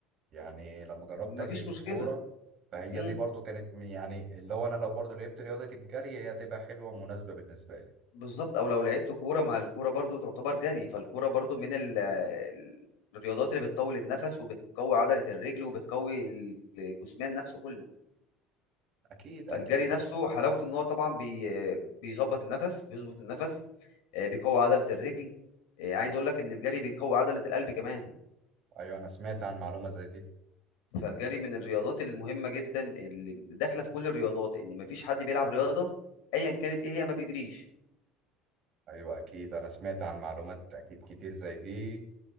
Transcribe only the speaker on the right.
يعني لما جربت
اجري في
الكوره فهي
دي برضو كانت من- يعني اللي هو انا لو برضو لعبت رياضه الجري هي هتبقى حلوه ومناسبه بالنسبه لي
اكيد اكيد
ايوه انا سمعت عن معلومه زي دي
ايوه اكيد انا سمعت عن معلومات اكيد كتير زي دي